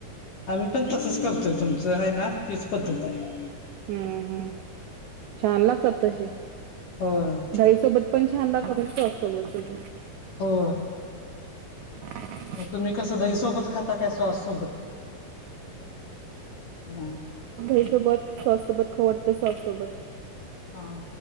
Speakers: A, on the left (about 65°); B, on the right (about 85°).
A: आम्ही पण तसंच करतोय तुमचं आहे. ना तीच पद्धत आहे.
B: हम्म हम्म... छान लागतात तसे
A: होय
B: दधाई सोबत पण छान लागतात. सॉस सोबत
A: हो.
B: ह
A: मग तुम्ही कस दहीसोबत खाता काय सॉस सोबत ह
B: ई सोबत सॉस सोबत खवडतं सॉस सोबत
A: हा